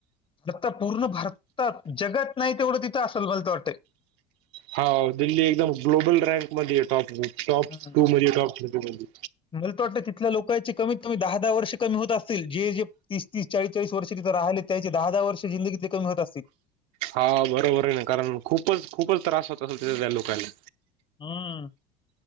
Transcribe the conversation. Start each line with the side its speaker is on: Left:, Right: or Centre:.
Left: भार पूर्ण भारतात जगात नाही तेवढं तिथं असेल मलातर वाटतय
Right: हा दिल्ली एकदम ग्लोबल रँक मध्ये येतो टॉप टॉप
Left: हम्म.
Right: टू मध्ये टॉप थ्री मध्ये
Left: मला त वाटतं तिथल्या लोकांचे कमीत कमी दहा दहा वर्ष कमी होत असतील जे जे तीस तीस चाळीस चाळीस वर्ष तिथे राहिले त्याची दहा दहा वर्ष जिंदगीतली कमी होत असतील
Right: हा बरोबर आहे ना कारण खूपच खूपच त्रास होत असेल तिथत्या लोकांना
Left: हम